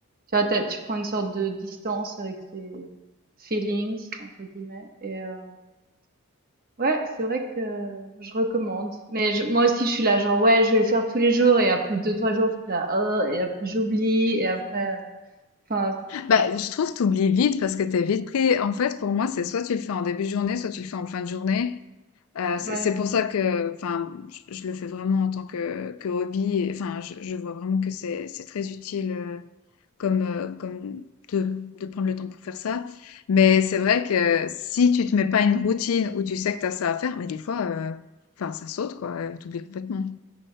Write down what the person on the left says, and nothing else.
Bah, je trouve que tu oublies vite parce que t'es vite pris. En fait, pour moi, c'est soit tu le fais en début de journée, soit tu le fais en fin de journée. Euh, c'est
c'est pour ça que, enfin, je, je le fais vraiment en tant que, que hobby. et, Enfin, je, je vois vraiment que c'est c'est très utile euh, comme, euh, comme de, de prendre le temps pour faire ça. Mais c'est vrai que si tu te mets pas une routine où tu sais que tu as ça à faire, mais des fois, euh, enfin, ça saute, quoi. euh, T'oublies complètement.